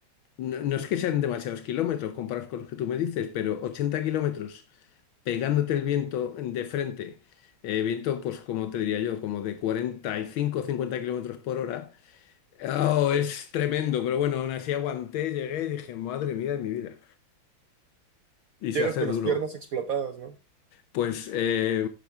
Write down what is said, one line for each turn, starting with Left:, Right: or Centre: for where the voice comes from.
Left: no, no es que sean demasiados kilómetros comparados con los que tú me dices, pero 80 kilómetros pegándote el viento de frente. eh, viento, pues como te diría yo, como de 45 o 50 kilómetros por hora. Oh, es tremendo, pero bueno, aún así aguanté, llegué y dije, madre mía de mi vida. Y se
Right: Llegas
Left: hace
Right: con
Left: duro.
Right: las piernas explotadas, ¿no?
Left: Pues eh,